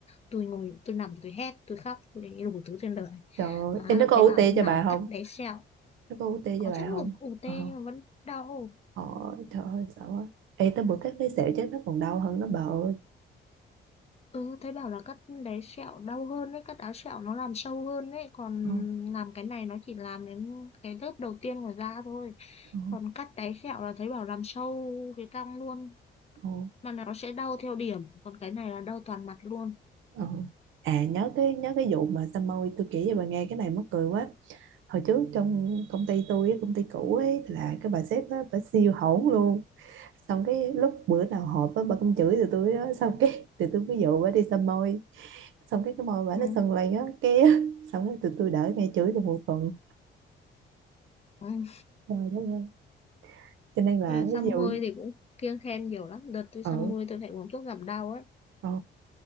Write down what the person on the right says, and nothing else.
trời ơi
Ê, nó
có
u
UT
cho bà không
nó có u UT
cho bà
không
ờ
ờ trời ơi sợ quá Ê, tới bữa cắt cái sẹo chắc nó còn đau hơn nó bà ơi
ờ
ờ
ờ
ờ. À nhớ cái nhớ cái vụ mà xăm môi tôi kể cho bà nghe cái này mắc cười quá hồi trước trong công ty tôi công ty cũ ấy là cái bà sếp á bà siêu hỗn luôn xong cái lúc bữa nào họp á bà cũng chửi tụi tôi á <laughs> xong cái tụi tôi ví dụ bà đi xăm môi xong cái cái môi bà
nó sần lên á cái <laughs> xong cái tụi tôi đỡ nghe chửi được một tuần
trời đất ơi cho nên là
ví dụ
ờ
ờ